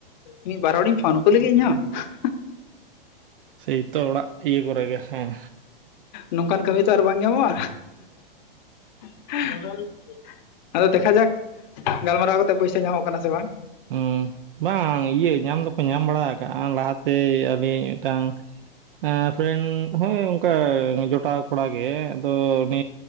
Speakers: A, on the left (about 50°); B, on the right (about 65°).
A: ᱢᱤᱫ ᱵᱟᱨ ᱦᱚᱲᱤᱧ ᱯᱷᱳᱱ ᱟᱠᱚ ᱞᱮᱜ ᱤᱧᱦᱚᱸ ᱾
B: ᱥᱮᱭ ᱛᱚ ᱚᱲᱟᱜ ᱤᱭᱟᱹ ᱠᱚᱨᱮ ᱜᱮ ᱦᱮᱸ
A: ᱱᱚᱝᱠᱟᱱ ᱠᱟᱹᱢᱤ ᱛᱚ ᱟᱨ ᱵᱟᱝ ᱧᱟᱢᱚᱜᱼᱟ ᱾ ᱟᱫᱚ ᱫᱮᱠᱷᱟ ᱡᱟᱠ ᱜᱟᱞᱢᱟᱨᱟᱣ ᱠᱟᱛᱮᱜ ᱯᱚᱭᱥᱟ ᱧᱟᱢᱚᱜ ᱠᱟᱱᱟ ᱥᱮ ᱵᱟᱝ?
B: ᱦᱮᱸ ᱵᱟᱝ ᱤᱭᱟᱹ ᱧᱟᱢ ᱫᱚᱠᱚ ᱧᱟᱢ ᱵᱟᱲᱟ ᱟᱠᱟᱜᱼᱟ ᱞᱟᱦᱟᱛᱮ ᱟᱹᱞᱤᱧ ᱢᱤᱫᱴᱟᱝ ᱯᱷᱨᱮᱱᱰ ᱦᱚᱸᱳᱭ ᱚᱱᱠᱟ ᱡᱚᱴᱟᱣ ᱠᱚᱲᱟ ᱜᱮ ᱟᱫᱚ ᱩᱱᱤ